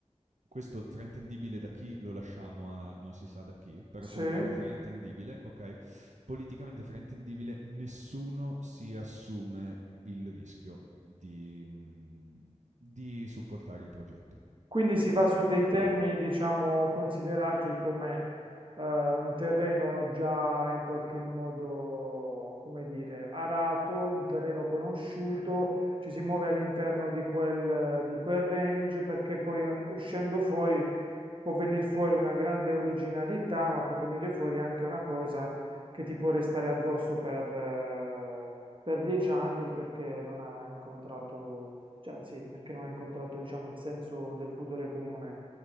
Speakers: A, on the right (about 85°); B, on the right (about 45°).
A: questo fraintendibile da chi lo lasciamo a non si sa da chi, però
B: Sì,
A: comunque fraintendibile, ok? Politicamente fraintendibile, nessuno si assume il rischio di, mh, di supportare il progetto.
B: Quindi si va su dei temi, diciamo, considerati come eh, un terreno già in qualche modo, come dire, arato, un terreno conosciuto, ci si muove all'interno di quel, di quel range perché poi an- uscendo fuori può venire fuori una grande originalità, ma può venire fuori anche una cosa che ti può restare addosso per, eh, per dieci anni perché non ha incontrato cioè sì, perché non ha incontrato, diciamo, il senso del pudore comune.